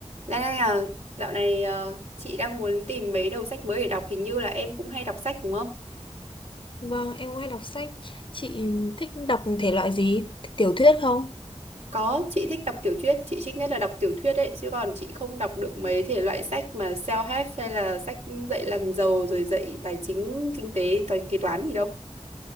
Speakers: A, on the right; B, on the left.
A: Lan Anh à, dạo này ờ, chị đang muốn tìm mấy đầu sách mới để đọc, hình như là em cũng hay đọc sách đúng không?
B: Vâng, em cũng hay đọc sách. Chị thích đọc thể loại gì? Tiểu thuyết không?
A: Có, chị thích đọc tiểu thuyết, chị thích nhất là đọc tiểu thuyết ấy, chứ còn chị không đọc được mấy thể loại sách mà self-help hay là sách dạy làm giàu rồi dạy tài chính, kinh tế, toán kế toán gì đâu.